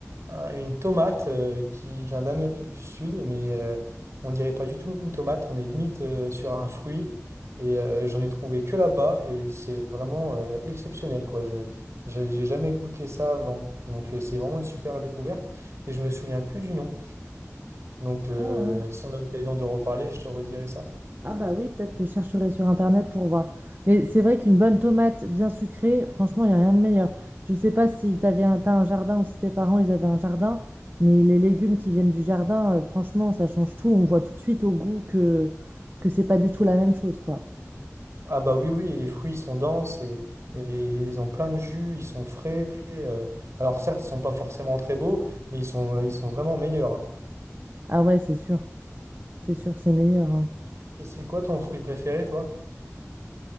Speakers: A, on the right; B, on the right.
A: un- une tomate euh, qui vient d'Amérique du Sud, mais euh, on dirait pas du tout une tomate, on est limite euh, sur un fruit. Et euh, j'en ai trouvé que là-bas, et c'est vraiment euh, exceptionnel, quoi. Je, j'ai j'ai jamais goûté ça avant. Donc euh, c'est vraiment une super découverte, mais je me souviens plus du nom. Donc euh,
B: Ah ouais.
A: si on a l'occasion de reparler, je te redirai ça.
B: Ah bah oui, peut-être que je chercherai sur Internet pour voir. Mais c'est vrai qu'une bonne tomate bien sucrée, franchement, il n'y a rien de meilleur. Je sais pas si t'avais un, t'as un jardin ou si tes parents, ils avaient un jardin, mais les légumes qui viennent du jardin, euh, franchement, ça change tout. On voit tout de suite au goût que, que c'est pas du tout la même chose, quoi.
A: Ah bah oui, oui, et les fruits sont denses et, et ils ont plein de jus, ils sont frais. euh, alors certes, ils sont pas forcément très beaux, mais ils sont, ils sont vraiment meilleurs. hein.
B: Ah ouais, c'est sûr. C'est sûr, c'est meilleur. hein.
A: Et c'est quoi ton fruit préféré, toi?